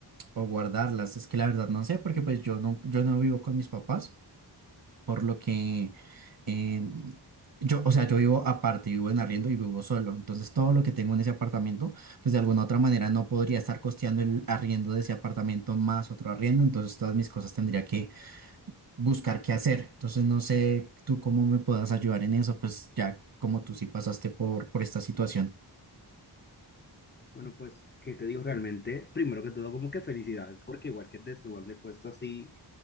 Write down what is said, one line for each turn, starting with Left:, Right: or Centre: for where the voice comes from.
Right: o guardarlas. Es que la verdad no sé, porque pues yo no, yo no vivo con mis papás, por lo que em, yo, o sea, yo vivo aparte, vivo en arriendo y vivo solo. Entonces todo lo que tengo en ese apartamento pues de alguna otra manera no podría estar costeando el arriendo de ese apartamento más otro arriendo, entonces todas mis cosas tendría que buscar qué hacer. Entonces no sé tú cómo me puedas ayudar en eso, pues ya como tú sí pasaste por, por esta situación.
Left: Bueno, pues, ¿qué te digo realmente? Primero que todo, como que felicidades, porque igual que te suban de puesto así